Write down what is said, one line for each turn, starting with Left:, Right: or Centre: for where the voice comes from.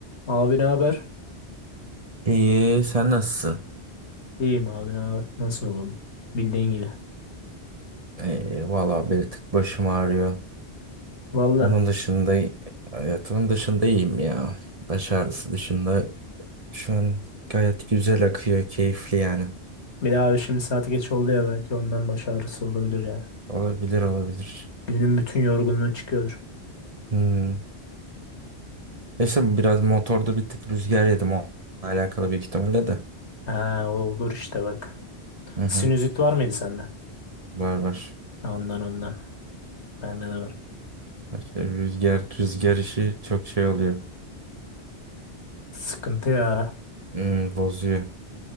Left: Abi ne haber?
Right: İyi, sen nasılsın?
Left: İyiyim abi ne haber? Nasıl olalım? Bildiğin gibi.
Right: İyi, valla bir tık başım ağrıyor.
Left: Valla
Right: Onun dışında, hayatımın dışında iyiyim ya. Baş ağrısı dışında şu an gayet güzel akıyor, keyifli yani.
Left: bir daha abi şimdi saati geç oldu ya belki ondan baş ağrısı olabilir ya.
Right: Olabilir, olabilir.
Left: Günün bütün yorgunluğu çıkıyordur.
Right: Hmm. Neyse biraz motorda bir tık rüzgar yedim o alakalı büyük ihtimalle de.
Left: Ha olur işte bak.
Right: Hı hı,
Left: Sinüzit var mıydı sende?
Right: var var.
Left: Ondan ondan. Bende de var.
Right: İşte Rüzgar, rüzgar işi çok şey oluyor.
Left: Sıkıntı ya.
Right: Hmm, bozuyor.